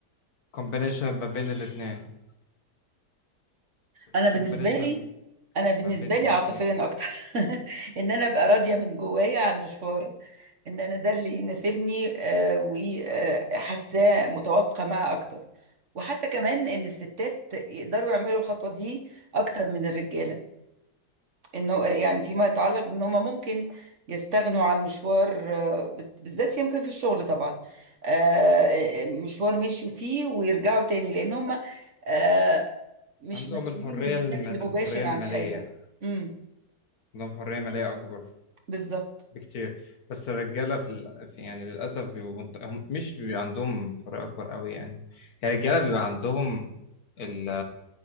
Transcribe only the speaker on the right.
انا
بالنسبة لي انا بالنسبة
لي عاطفيا اكتر <laughs> ان انا ابقى راضية من جوايا عن المشوار ان انا ده اللي يناسبني آه، وحاساه متوافقه معاه اكتر وحاسه كمان ان الستات يقدروا يعملوا الخطوه دي اكتر من الرجاله انه يعني فيما يتعلق بان هم ممكن يستغنوا عن مشوار آه، بالذات يمكن في الشغل طبعا آه، مشوار مشيوا فيه ويرجعوا تاني لان هم آه، مش
مسؤولين
بشكل
مباشر
عن حاجه امم
بالظبط